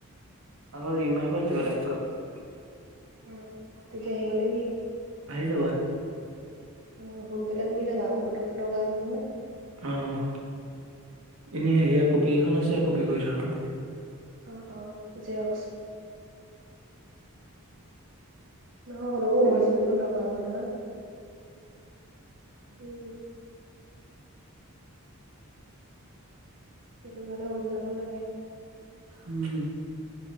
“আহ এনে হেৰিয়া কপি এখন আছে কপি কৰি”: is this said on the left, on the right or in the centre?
Right